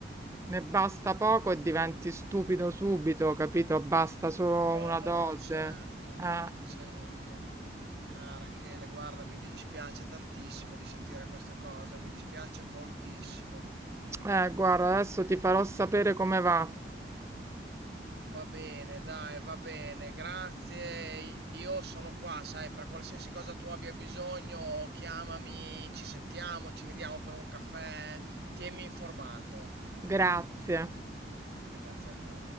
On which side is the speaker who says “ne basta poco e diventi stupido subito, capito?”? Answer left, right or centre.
Right